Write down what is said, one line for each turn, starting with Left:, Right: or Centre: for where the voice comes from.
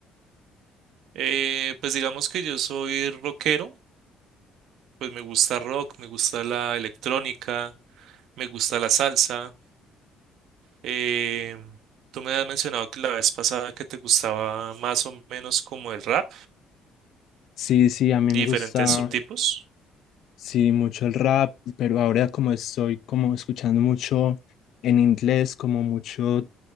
Right: Eh, pues digamos que yo soy rockero, pues me gusta rock, me gusta la electrónica, me gusta la salsa. Eh, tú me has mencionado que la vez pasada que te gustaba más o menos como el rap
Left: Sí, sí, a mí me
Right: y diferentes
Left: gusta,
Right: subtipos.
Left: sí, mucho el rap, pero ahora como estoy como escuchando mucho en inglés, como mucho